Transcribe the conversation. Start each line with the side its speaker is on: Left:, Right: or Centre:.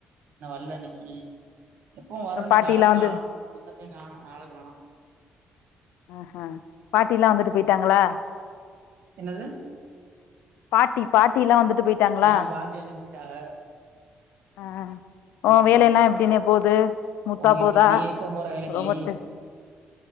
Right: வல்ல இன்னிக்கு. எப்போவும் வரு இன்னிக்கு
Left: பாட்டிலா
Right: ஆள
Left: வந்து
Right: காணோ என்னத்தையும் காணோ ஆள காணோ.
Left: ஆஹஹ பாட்டில்லாம் வந்துட்டு போயிட்டாங்களா.
Right: என்னதுங்.
Left: பாட்டி பாட்டி எல்லாம் வந்துட்டு போயிட்டாங்களா.
Right: ஆ பாட்டி வந்துட்டு போயிட்டாக.
Left: ஆஹ் ஓ
Right: ம்.
Left: வேலையில்லாம் எப்படின்னே போகு முத்தா
Right: போயிட்டு
Left: போதா
Right: இருக்கு. நீ எப்ப போற வேலைக்கு?
Left: சொல்ல மாட்டேன்